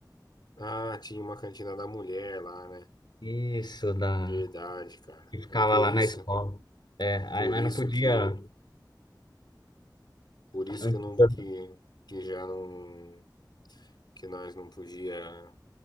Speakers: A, on the left (about 70°); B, on the left (about 80°).
A: Ah, tinha uma cantina da mulher lá, né?
B: Isso, da.
A: Verdade, cara.
B: Que ficava
A: Aí por
B: lá
A: isso,
B: na escola. É, aí
A: por
B: nós
A: isso
B: não podia.
A: que, por isso
B: não
A: que eu
B: podia-
A: não, que, que já não, que nós não podia